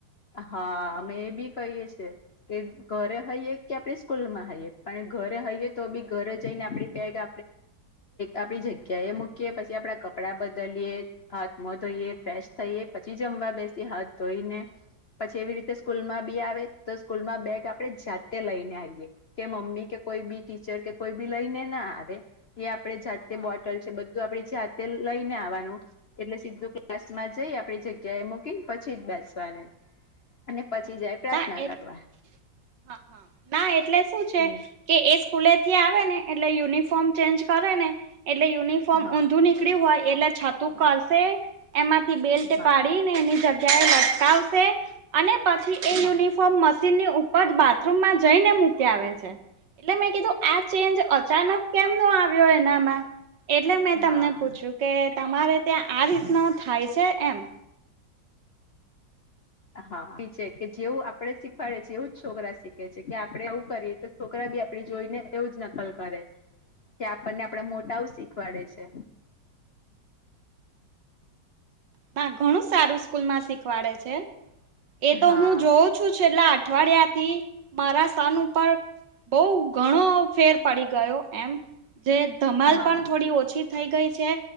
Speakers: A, on the left; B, on the right.
A: હા અમે એ બી કહીએ છ છેીએ કે ઘરે હઈએ કે આપે સ્કૂલ માં હઈએ પણ ઘરે હઈયએ તો બી ઘરે જઈને આપડી બેગ આપ મૂકીએ પછી આપડા કપડા બદલીએ હાથ મો ધોઈએ ફ્રેશ થઈ પછી જમવા બેસીએ હાથ ધોઈને પછી એવી રીતે સ્કૂલ માં બી આવે તો સ્કૂલ માં બેગ આપડે જાતે લઈને આવીએ કે મમ્મી કે કોઈ બી ટીચર કે કોઈ બી લઈને ના આવે એ આપડે જાતે
B: હા
A: બોટલ છે બધું આપડી જાતે લઈને આવવાનું. એટલે સીધું ક્લાસ માં જઈ આપણી જગ્યા એ મૂકીને પછી જ બેસવાનું અને પછી
B: હમ
A: જાય પ્રાર્થના
B: ના એટલે
A: કરવા
B: હ હા ના એટલે શું છે.
A: હમ
B: કે એ સ્કૂલે થી આવે ને એટલે યુનિફોર્મ ચેન્જ કરે ને એટલે યુનિફોર્મ
A: હા
B: ઊધુ નની હોય એટલે છતું કશે એમાંથી બેલ્ટ
A: હા
B: કાઢી ને એની જગ્યા જગ્યા લટકાવશે અને પછી
A: હા
B: તો મશીન ની ઉપર બાથરૂમમાં જઈને મૂકી આવે છે એટલે મેં કીધું આ ચેન્જ અચાનક કેમનો આવ્યો એનામાં એટલે મેં
A: હા
B: તમને
A: હા
B: પૂછ્યું કે તમારે ત્યાં આ રીતના થાય છે એમ
A: હા પીછે કે જેવું આપડે શીખવાડે છે એવું જ છોકરા શીખે છે કે આપડે આવવું કરીએ તો છોકરા બી આપડી જોઈને એવું જ નકલ કરે કે આપણને આપડા મોટાઓ શીખવાડે છે.
B: ના ઘણું સારું સ્કૂલમાં શીખવાડે છે એ તો
A: હા
B: હું જોઉ છુ છેલ્લા અઠવાડિયા થી મારા સન ઉપર બઉ ઘણો ફેર પડી ગયો એમ જે ધમાલ
A: હા
B: પણ થોડી ઓછી થઈ ગઈ છે